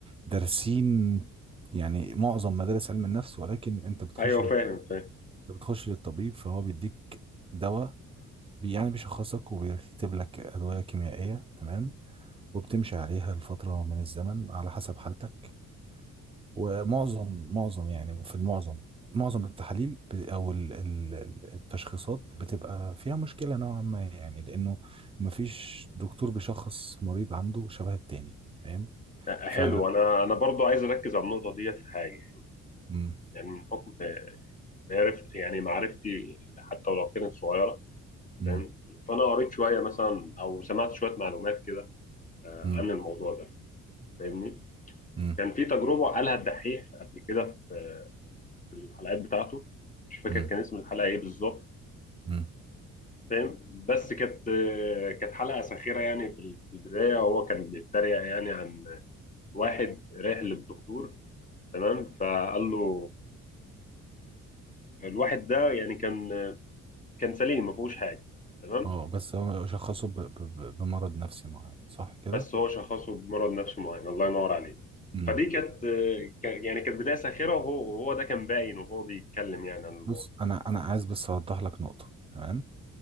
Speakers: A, on the right; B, on the left.
A: دارسين يعني معظم مدارس علم النفس ولكن انت بتخش
B: ايوه فاهم
A: لل-
B: فاهم
A: بتخش للطبيب فهو بيديك دواء بي- يعني بيشخصك وبيكتب لك أدوية كيميائية تمام وبتمشي عليها لفترة من الزمن على حسب حالتك ومعظم معظم يعني في المعظم معظم التحاليل ب- او ال- ال- ال- التشخيصات بتبقى فيها مشكلة نوعا ما يعني لانه مفيش دكتور بيشخص مريض عنده شبه التاني فاهم
B: حلو
A: ف
B: انا انا برضو عايز اركز على النقطه دي في حاجه
A: مم.
B: يعني من حكم معرفتي يعني معرفتي حتى ولو كانت صغيره
A: مم.
B: فاهم فانا قريت شويه مثلا او سمعت شويه معلومات كده آه،
A: مم.
B: عن الموضوع ده فاهمني
A: مم.
B: كان في تجربه قالها الدحيح قبل كده في في الحلقات بتاعته مش فاكر
A: مم.
B: كان اسم الحلقه ايه بالظبط
A: مم.
B: فاهم بس كانت كانت حلقه ساخره يعني في في البدايه هو كان بيتريق يعني عن واحد رايح للدكتور تمام فقال له الواحد ده يعني كان كان سليم ما فيهوش حاجه تمام
A: اه بس هو شخصه ب... ب... ب- بمرض نفسي معين صح كده
B: بس هو شخصه بمرض نفسي معين الله ينور عليه
A: مم.
B: فدي كانت كان- يعني كانت بدايه ساخره وهو وهو ده كان باين وهو بيتكلم يعني عن الموضوع
A: بص انا انا عايز بس اوضح لك نقطة تمام